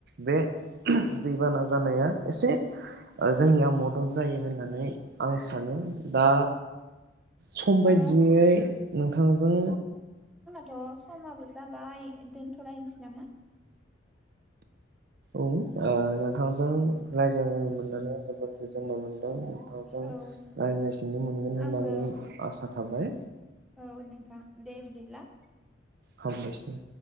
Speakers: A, on the right; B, in the centre.
A: बे दैबाना जानाया एसे ओ जोंनिया मदद जायो होननानै आं सानो दा सम बायदियै
B: ओ
A: नोंथांजों
B: थ समाबो जाबाय दोनथलायनोसै नामा
A: औ-ओ नोंथांजों रायज्लायनो मोननानै जोबोर गोजोननाय मोन्दों रायज्लायफिननो
B: औ
A: मोनगोन होननानै
B: आंबो
A: आसा थाबाय
B: औ नोंथां दे बिदिब्ला
A: हामबायसै